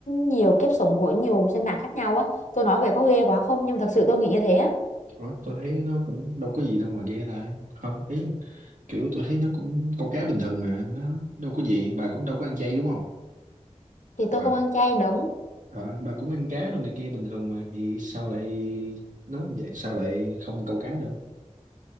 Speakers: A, on the left; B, on the right.
A: nhiều kiếp sống của nhiều sinh mạng khác nhau á. Tôi nói về có ghê quá không nhưng thật sự tôi nghĩ như thế á.
B: Ủa, tôi thấy nó cũng đâu có gì đâu mà ghê ta. Không, ý là kiểu tôi thấy nó cũng câu cá bình thường mà, nó đâu có gì. Bà cũng đâu có ăn chay đúng không?
A: Thì tôi
B: Bà
A: không ăn chay đúng
B: ờ, bà cũng ăn cá rồi này kia bình thường mà thì sao lại nói vậy, sao lại không câu cá được?